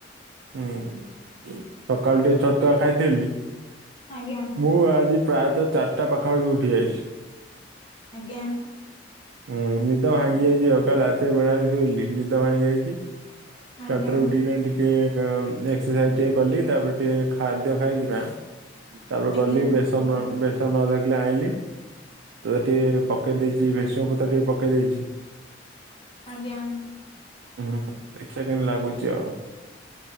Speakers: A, on the right; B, on the left.
A: ହୁଁ ସକାଳୁ ଟିକେ ଛତୁଆ ଖାଇଥିଲି।
B: ଆଜ୍ଞା।
A: ମୁଁ ଆଜି ପ୍ରାୟତଃ ଚାରିଟା ପାଖାପାଖି ଉଠିଯାଇଛି।
B: ଆଜ୍ଞା।
A: ହୁଁ ନିଦ ଭାଙ୍ଗି ଯାଇଛି ଆଉ। କାଲି ରାତିରେ ବେଳାବେଳି ଶୋଇଲି। ନିଦ ଭାଙ୍ଗି ଯାଇଛି।
B: ଆଜ୍ଞା
A: ଚାରିଟାରୁ ଉଠିକିନା ଟିକେ ଏକ୍ସରସାଇଜି ଟିକେ କଲି। ତାପରେ ଟିକେ ଖାଦ୍ୟ ଖାଇକିନା ତାପରେ
B: ଆଜ୍ଞା
A: ଗଲି ବେଶ ଧନ ବେସନ ଅଧକିଲେ ଆଇଁଲି। ତ ଟିକେ ପକେଇ ଦେଇଛି ଭେସଙ୍ଗ ପତ୍ର ଟିକେ ପକେଇ ଦେଇଛି।
B: ଆଜ୍ଞା।
A: ହୁଁ ଦେଖିବା କେ ଲାଗୁଚ ଆଉ।